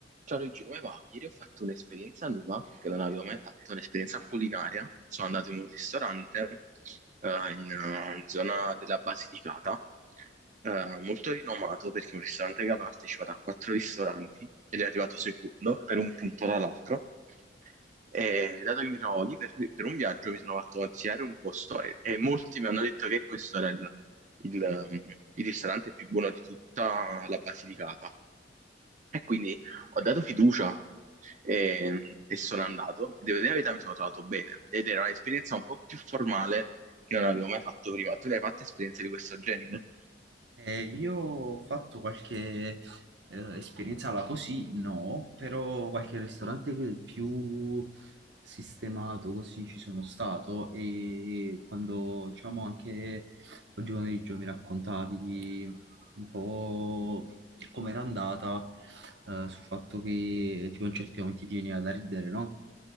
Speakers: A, on the right; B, on the right.
A: Ciao Luigi, come va? Ieri ho fatto un'esperienza nuova che non avevo mai fatto, un'esperienza culinaria. Sono andato in un ristorante eh, in eh, zona della Basilicata, eh, molto rinomato perché è un ristorante che ha partecipato a quattro ristoranti ed è arrivato secondo per un punto dall'altro. E dato che mi trovo lì per, per un viaggio, mi sono fatto consigliare un posto e, e molti mi hanno detto che questo era il, il, um, il ristorante più buono di tutta la Basilicata. E quindi ho dato fiducia e, e sono andato. E devo dire la verità, mi sono trovato bene. Ed era un'esperienza un po' più formale che non avevo mai fatto prima. Tu ne hai fatte esperienze di questo genere?
B: Eh, io ho fatto qualche eh, esperienza là così, no, però qualche ristorante che- più sistemato così ci sono stato e quando diciamo anche oggi pomeriggio mi raccontavi un po' com'era andata eh, sul fatto che tipo in certi momenti ti veniva da ridere, no?